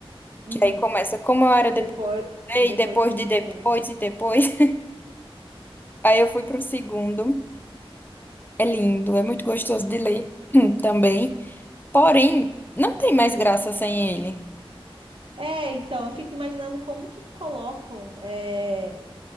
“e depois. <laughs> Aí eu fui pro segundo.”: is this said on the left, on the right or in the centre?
Left